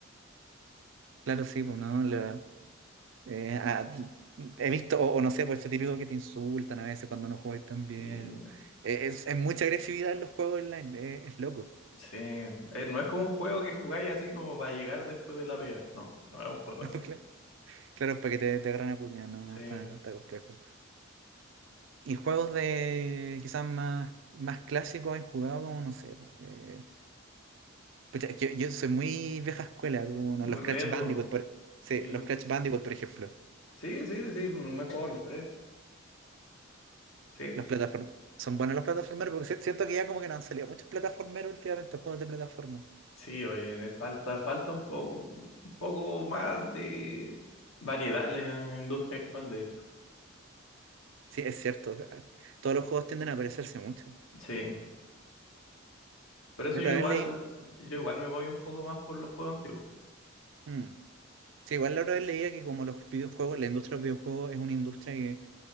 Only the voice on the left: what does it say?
Sí,
Sí, eh, no es como un juego que jugáis así como para llegar después de la pega. No, no es un juego
así.
Sí,
muy
retro.
Sí,
sí, sí, sí, me he jugado los tres. Sí,
sí, oye, me falta, falta un poco, un poco más de variedad en la industria actual, de hecho.
Sí, por eso
yo
igual,
yo igual me voy un poco más por los juegos antiguos.